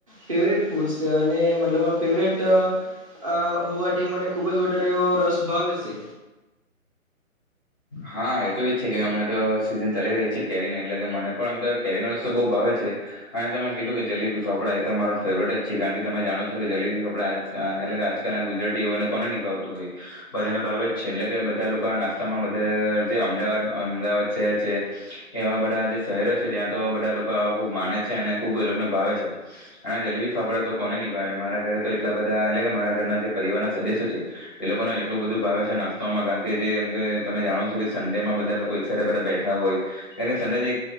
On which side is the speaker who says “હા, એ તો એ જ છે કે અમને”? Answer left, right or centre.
Left